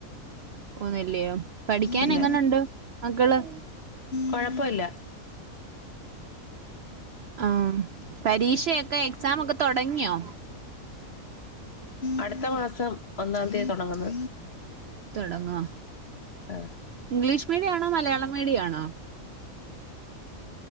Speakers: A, on the right; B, on the left.
A: ഒന്നല്ലയോ പഠിക്കാൻ
B: ഇല്ല
A: എങ്ങനുണ്ട് മക്കള്
B: കൊഴപ്പമില്ല
A: ആ പരീക്ഷയൊക്കെ ക്സാമൊക്കെ തുടങ്ങിയോ
B: അടുത്ത മാസം ഒന്നാം തീയതി തുടങ്ങുന്നത്
A: തുടങ്ങുവാ
B: ആഹ്
A: ഇംഗ്ലീഷ് മീഡിയം ആണോ മലയാളം മീഡിയം ആണോ